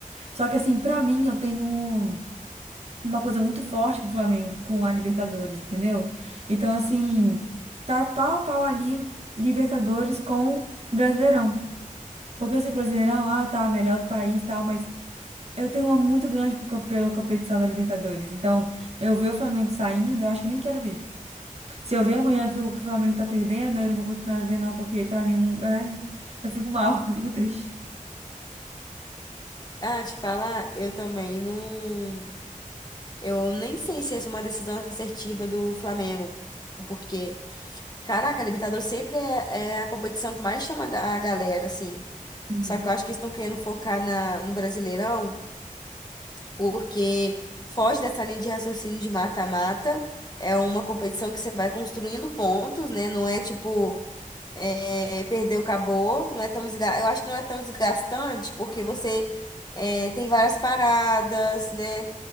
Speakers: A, on the right; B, on the left.
A: Só que assim, pra mim, eu tenho uma coisa muito forte com o Flamengo, com a Libertadores, entendeu? Então, assim, tá pau a pau ali Libertadores com Brasileirão. Porque eu sei que Brasileirão, ah, tá, melhor do país e tal, mas eu tenho uma muito grande por co- pela competição da Libertadores. Então, eu ver o Flamengo saindo, eu acho que eu nem quero ver. Se eu ver amanhã que o, que o Flamengo tá perdendo, eu não vou continuar a ver, não, porque pra mim, um- ai, eu fico mal, <laughs> eu fico triste.
B: Ah, te falar, eu também não. Eu nem sei se essa é uma decisão assertiva do Flamengo, porque. Caraca, a Libertadores sempre é, é a competição que mais chama a ga- a galera, assim.
A: Uhum.
B: Só que eu acho que eles estão querendo focar na, no Brasileirão, porque foge dessa linha de raciocínio de mata-mata. É uma competição que você vai construindo pontos, né? Não é tipo, é, perdeu, acabou. Não é tão desga... Eu acho que não é tão desgastante, porque você é, tem várias paradas, né?